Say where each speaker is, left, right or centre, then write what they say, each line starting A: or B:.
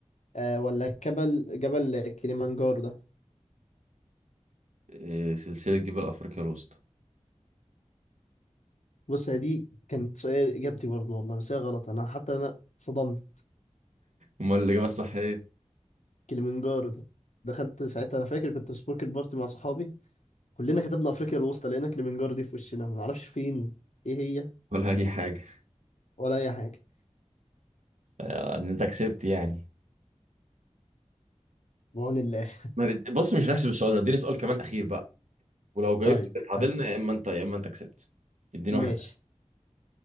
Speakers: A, on the left; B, on the right.
A: آه ولا جبل جبل كليمانجارو ده
B: إيه، سلسلة جبال أفريقيا الوسطى
A: بص هي دي كانت سؤال إجابتي برضه والله بس هي غلط أنا حتى أنا صدمت
B: امال الإجابة الصح إيه
A: كليمانجارو دي دخلت ساعتها انا فاكر كنت في سبورك البارتي مع صحابي كلنا كتبنا افريقيا الوسطى لقينا كليمنجارو دي في وشنا ما نعرفش فين ايه هي
B: ولا أي حاجة
A: ولا اي حاجه
B: آه، انت كسبت يعني
A: بعون الله
B: ما بد- بص مش هنحسب السؤال ده اديني سؤال كمان أخير بقى ولو جايبت
A: طيب
B: اتعادلنا
A: ه-
B: يا إما أنت يا إما أنت كسبت اديني
A: ماشي
B: واحد